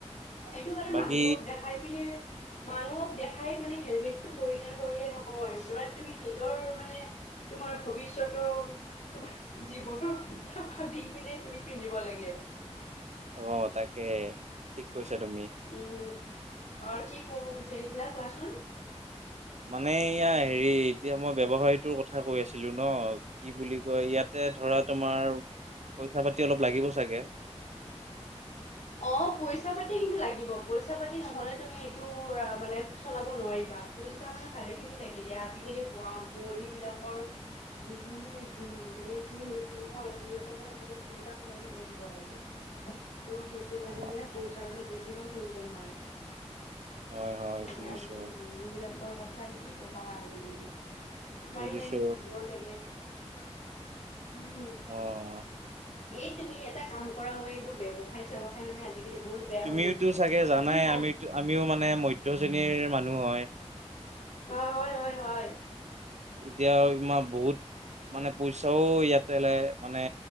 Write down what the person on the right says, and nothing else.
বাকী
অ' তাকে ঠিক কৈছা তুমি।
মানে এয়া হেৰি এতিয়া মই ব্যৱসায়টোৰ কথা কৈ আছিলো ন কি বুলি কয় ইয়াত যে ধৰা তোমাৰ পইচা পাতি অলপ লাগিব চাগে?
অ
হয় হয়
বুজিছো
বুজিছো
অ'।
তুমিওতো
চাগে জানাই
আমিতো আমিও মানে মধ্য শ্ৰেণীৰ মানুহ হয়।
এতিয়া তোমাৰ বহুত মানে পইচাও ইয়াতে ল মানে